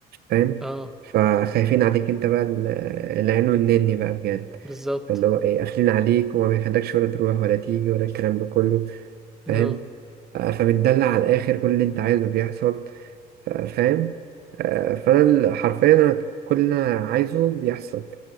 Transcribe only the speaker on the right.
فاهم
فخايفين عليك انت بقى ال- العين والنني بقى بجد
فاللي هو ايه قافلين عليك وما بيخلكش ولا تروح ولا تيجي ولا الكلام ده كله
فاهم آه، فمتدلع على الاخر كل اللي انت عايزه بيحصل آه، فاهم آه، فانا ال- حرفيا أنا كل اللي انا عايزه بيحصل